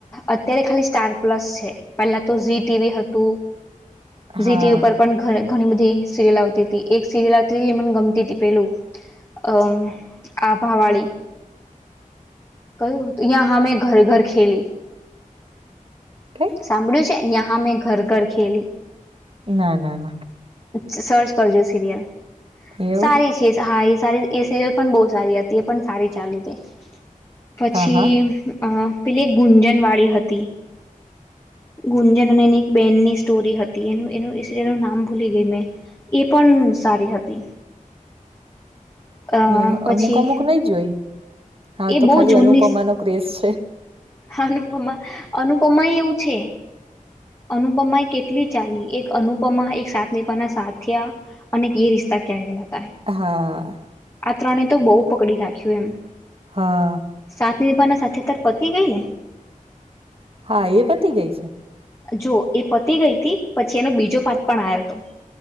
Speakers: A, on the left (about 20°); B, on the right (about 40°).
A: અત્યારે ખાલી સ્ટાર પ્લસ છે પેલા તો ઝી ટવી હતું
B: હા
A: ીટી ઉપર પણ ઘ ઘણી બધ સિરિયલ આવતી હતી એક સિરિયલ આવ મને ગમતી હતી પેલું અમ આભાવાડીી કયું ્યાં હા મેં ઘર ઘર ખેલી
B: કઈ
A: સાંભળ્યું છે ા મેં ઘર ઘર ખેલી
B: ના ના ના
A: સર્ચ કરજો સિરિયલ
B: એવું
A: સારી છે હા એ સારી એ સિરિયલ પણ બહ સારી હતી એ પણ સારી ચાલી હતી પછી
B: હા હા
A: અ પેલી ગુંજન વાળી હતી ગુંજન અને એની એક બેનની સ્ટોરી હતી એનું એનું સિરયલનું નામ ભૂલી ગય મેં એ પણ સારી હતી અ
B: મે
A: પછી
B: અમુક અમુક નઈ જોઈ હા
A: એ
B: તો
A: બહુ
B: ખાલી
A: જૂની
B: અનુપમા નો ક્રેઝ છે
A: અનુપમા અનુપમા એ એવું છે અનુપમા એ કેટલી ચાલી એક અનુપમા એક સાતમીપના સાયા અને એ રિશ્તા ક્યાં ગયલા હતા
B: હા
A: તણે તો બહુ પકડી રાખ્યું એમ
B: હા
A: સાની પણના સાથેત પતિ ગઈ ને
B: હા એ પતી ગઈ છે
A: જો એ પતી ગઈ હતી પછી એનો બીજો પાત પણ આવ્યો હતો